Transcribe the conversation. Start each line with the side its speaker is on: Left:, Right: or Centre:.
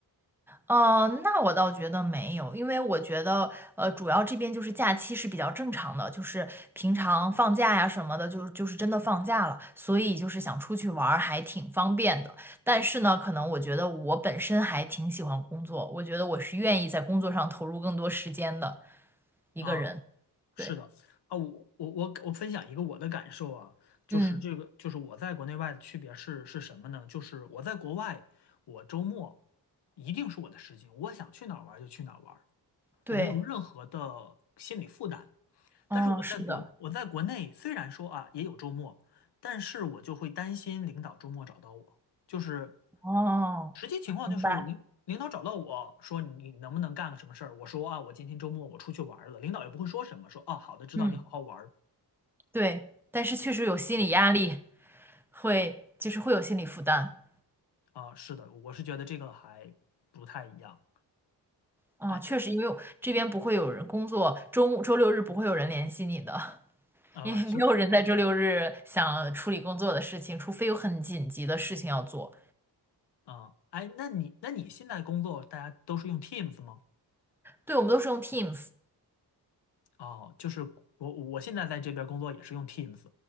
Centre: 呃，那我倒觉得没有，因为我觉得，呃，主要这边就是假期是比较正常的，就是平常放假呀什么的，就是就是真的放假了，所以就是想出去玩儿还挺方便的。但是呢，可能我觉得我本身还挺喜欢工作，我觉得我是愿意在工作上投入更多时间的一个人。
Left: 啊。
Centre: 对，
Left: 是的，啊，我我我我分享一个我的感受啊，就是这个，
Centre: 嗯，
Left: 就是我在国内外的区别是是什么呢？就是我在国外，我周末一定是我的时间，我想去哪儿玩儿就去哪儿玩儿，
Centre: 对，
Left: 我没有任何的心理负担。
Centre: 哦，
Left: 但是我在国我在国内，
Centre: 是的，
Left: 虽然说啊也有周末，但是我就会担心领导周末找到我，就是
Centre: 哦，
Left: 实际情况就是领领导找到我说你能不能干个什么事儿，
Centre: 明白，
Left: 我说啊我今天周末我出去玩儿了，领导也不会说什么，说哦好的知道你好好玩。
Centre: 嗯，对，但是确实有心理压力，会，就是会有心理负担。
Left: 啊，是的，我是觉得这个还不太一样。
Centre: 啊，
Left: 哎，
Centre: 确实，因为我这边不会有人工作，周末、周六日不会有人联系你的，<laughs>
Left: 啊，
Centre: 因为没有人在周六日想处理工作的事情，
Left: 是
Centre: 除非有很紧急的事情要做。
Left: 啊，哎，那你那你现在工作大家都是用 Teams 吗？
Centre: 对，我们都是用 Teams。
Left: 哦，就是我我现在在这边工作也是用 Teams，